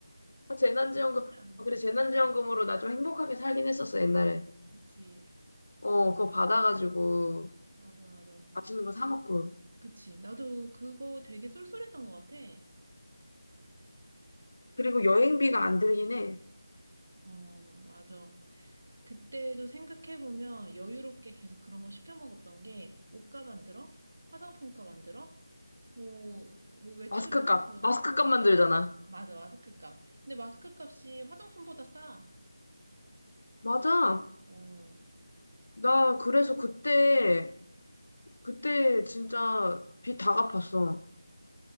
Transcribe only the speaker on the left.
아, 재난지원금.
아, 그래 재난지원금으로 나 좀 행복하게 살긴 했었어 옛날에.
어, 그거 받아가지고
맛있는 거 사 먹고.
그리고 여행비가 안 들긴 해.
마스크 값. 마스크 값만 들잖아.
맞아.
나 그래서 그때, 그때 진짜 빚 다 갚았어.